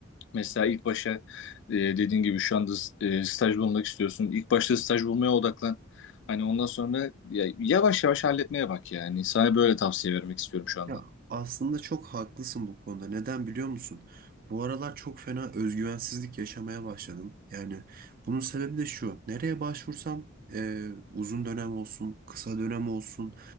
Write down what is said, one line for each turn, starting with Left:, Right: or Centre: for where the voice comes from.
Left: Mesela ilk başa e, dediğin gibi şu anda e, staj bulmak istiyorsun. İlk başta staj bulmaya odaklan. Hani ondan sonra ya, yavaş yavaş halletmeye bak yani. Sana böyle tavsiye vermek istiyorum şu anda.
Right: Ya aslında çok haklısın bu konuda. Neden biliyor musun? Bu aralar çok fena özgüvensizlik yaşamaya başladım. Yani bunun sebebi de şu. Nereye başvursam e, uzun dönem olsun, kısa dönem olsun